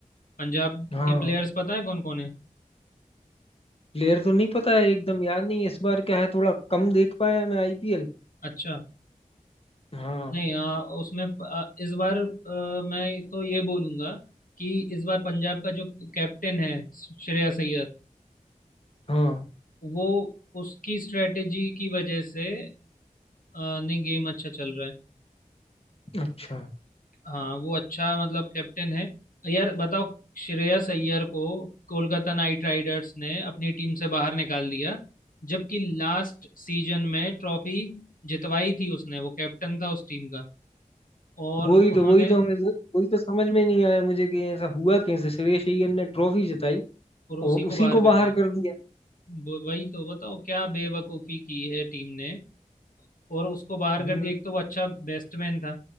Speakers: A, on the left; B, on the left.
A: पंजाब
B: हाँ
A: के प्लेयर्स पता है कौन कौन है
B: प्लेयर तो नहीं पता है एकदम याद नहीं है। इस बार क्या है थोड़ा कम देख पाया मैं आईपीएल
A: अच्छा
B: हाँ
A: नहीं आ, उसमें प- आ, इस बार आ, मैं तो ये बोलूंगा कि इस बार पंजाब का जो कैप्टन है श्रेयस अय्यर
B: हाँ
A: वो उसकी स्ट्रेटेजी की वजह से आ, नहीं गेम अच्छा चल रहा है
B: अच्छा
A: हाँ वो अच्छा मतलब कैप्टन है यार बताओ श्रेयस अय्यर को कोलकाता नाइट राइडर्स ने अपनी टीम से बाहर निकाल दिया जबकि लास्ट सीजन में ट्रॉफी जितवाई थी उसने वो कैप्टन था उस टीम का और
B: वही
A: उन्होंने
B: तो वही तो हमें वही तो समझ में नहीं आया मुझे कि ऐसा हुआ कैसे श्रेयस अय्यर ने ट्रॉफी जिताई
A: और उसी
B: और
A: को
B: उसी
A: बाहर
B: को
A: कर
B: बाहर
A: दिया
B: कर दिया
A: ब- वही तो बताओ क्या बेवकूफी की है टीम ने और उसको बाहर
B: हम्म
A: कर दिया एक तो वो अच्छा बैट्समैन था